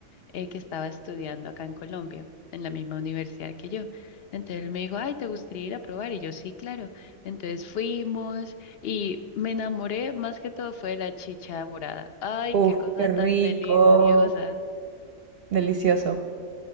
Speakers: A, on the left (about 55°); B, on the right (about 55°).
A: eh, que estaba estudiando acá en Colombia, en la misma universidad que yo. Entonces él me dijo, ay, ¿te gustaría ir a probar? Y yo, sí, claro. Entonces fuimos y me enamoré, más que todo fue de la chicha morada. Ay,
B: Uf,
A: qué cosa
B: qué
A: tan
B: rico.
A: deliciosa.
B: Delicioso.